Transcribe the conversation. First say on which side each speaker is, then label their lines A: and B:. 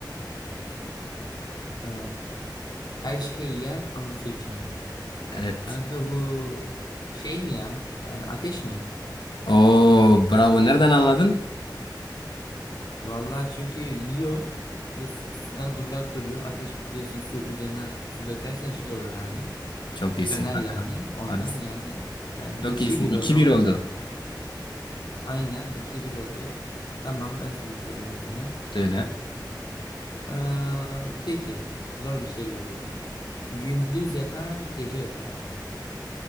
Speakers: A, on the left; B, on the left.
A: Ee, Her şeyi yer ama su içmez.
B: Evet.
A: Kanka bu şey mi ya? E, ateş mi?
B: Oo, bravo. Nereden anladın?
A: Vallahi çünkü yiyor ve su- sudan uzak duruyor. Ateş biliyorsun su üzerine su dökersen şey oluyor yani.
B: Çok iyisin
A: Söner
B: kanka.
A: yani. Ondan
B: Hadi.
A: yani. Yani
B: Çok
A: 2-1
B: iyisin. iki
A: o zaman.
B: bir oldu.
A: Aynen iki bir oldu. Tamam ben sana sorayım o zaman.
B: Söyle.
A: Ee, peki zor bir şey geliyor. Gündüz yatar, gece öter.